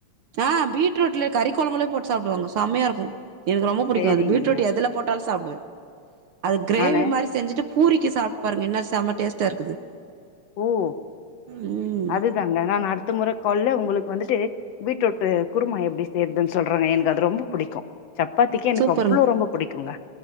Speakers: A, on the right (about 65°); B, on the left (about 65°).
A: ஆ பீட்ரூட்ல கறி கொழம்பலே போட்டு சாப்டுவாங்க செம்மையா இருக்கு எனக்கு ரொம்ப பிடிக்கு
B: சேரிங்க
A: அது பீட்ரூட் எதுல போட்டாலும் சாப்டுவே அது கிரேவி
B: நானு
A: மாதிரி செஞ்சுட்டு பூரிக்க சாப்ட்டு பாருங்க இன்ன செம ம டேஸ்ட்டா இருக்குது
B: ஓ
A: ம்
B: அதுதாங்க நான் அடுத்த முறை கொள்ள உங்களுக் வந்துட்டு பீட்ரூட் குருமா எப்படி செய்றதுன்னு சொல்றாங்க எனக்கு அது ரொம்ப புடிக்கு சப்பாத்திக்கு எனக்கு
A: சூப்பருங்க
B: அவ்ளோ ரொம்ப புடிக்குங்க